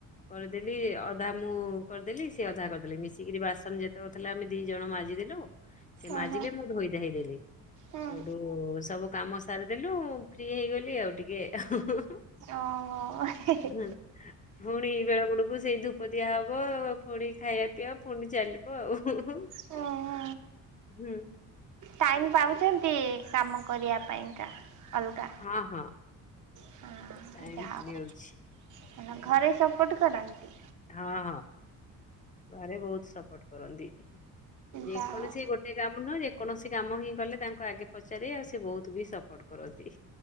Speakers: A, on the left; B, on the right.
A: କରିଦେଲି ଅଧା ମୁଁ କରିଦେଲି ସିଏ ଅଧା କରିଦେଲି ମିଶିକିରି ବାସନ ଯେତେକଥିଲା ଆମେ ଦି ଜଣ ମାଜିଦେଲୁ ସେ
B: ଓହୋ
A: ମାଜିଲେ ମୁଁ ଧୋଇ ଧାଇ ଦେଲି।
B: ହୁଁ।
A: ସେଉଠୁ ସବୁ କାମ ସାରିଦେଲୁ ଫ୍ରି ହେଇଗଲି ଆଉ ଟିକେ ହୁଁ ହୁଁ
B: ଓହୋ। <unintelligible>
A: ହୁଁ। ପୁଣି ବେଳ ବୁଡ଼ୁ ବୁଡୁ ସେଇ ଧୂପ ଦିଆ ହବ ପୁଣି ଖାଇବା ପିଇବା ପୁଣି ଚାଲିବ ଆଉ। ହୁଁ ହୁଁ
B: ହଁଅ।
A: ହୁଁ।
B: ଟାଇମ୍ ପାଉଚନ୍ତିଇ କାମ କରିବା ପାଇଁକା? ଅଲଗା
A: ହଁ ହଁ।
B: ହଁ
A: ଟାଇମ
B: ଯାହା
A: ମିଳୁଛି।
B: ହଉ ଘରେ ସପୋର୍ଟ କରନ୍ତି?
A: ହଁଅ ଘରେ ବହୁତ ସପୋର୍ଟ କରନ୍ତି। ଯେକୌଣସି
B: ଯାହା
A: ଗୋ ସେ କାମ ନୁହଁ ଯେକୌଣସି କାମ ହିଁ କଲେ ତାଙ୍କୁ ଆଗେ ପଚାରେ ଆଉ ସେ ବହୁତ ବି ସପୋର୍ଟ କରନ୍ତି।